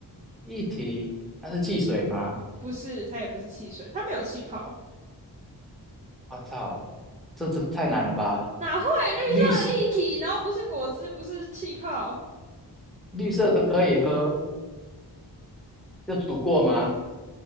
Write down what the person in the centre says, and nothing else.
液体，那是汽水吗？
我操，这这太难了吧！
绿色
绿色的可以喝，要煮过吗？